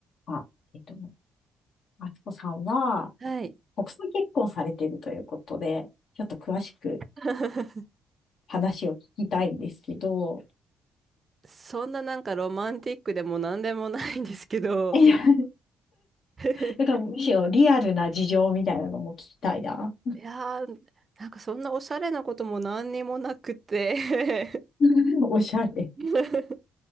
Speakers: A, on the left; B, on the right.
A: あ、えっと、あつこさんは、
B: はい。
A: 国際結婚されているということで、ちょっと詳しく
B: <laughs>
A: 話を聞きたいんですけど、
B: そんななんかロマンティックでも何でもないんですけど、
A: いや、<laughs>
B: <laughs>
A: だからむしろリアルな事情みたいなのも聞きたいな。
B: いやー、なんかそんなおしゃれなことも何にもなくて
A: <laughs> おしゃれ。
B: <laughs>